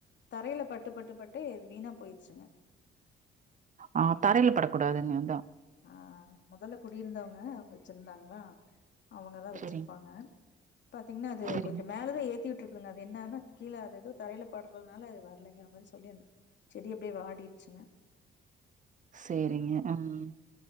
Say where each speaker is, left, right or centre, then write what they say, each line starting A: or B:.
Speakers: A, on the left; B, on the right.
A: தாரையில பட்டு பட்டு பட்டு வீணா போயிருச்சிங்க
B: ஆ தரையிலா படக்கூடாதுங்க அதான்
A: ஆ மொதல்ல குடியிருந்தவங்க வெச்சிருந்தாங்ளா அவுங்கதா வெச்சிருப்பாங்க
B: சரிங்
A: பாத்தீங்னா அது
B: சரிங்
A: கொஞ்சோ மேலதா ஏத்திவுட்டு இரு இல்லங்க அது என்னான்னா கீழ அது ஏதோ தரைல பட்றதுனால அது வர்லங்கற மாரி சொல்லிருந் செடி அப்டியே வாடிட்சிங்க
B: சேரிங்க ம்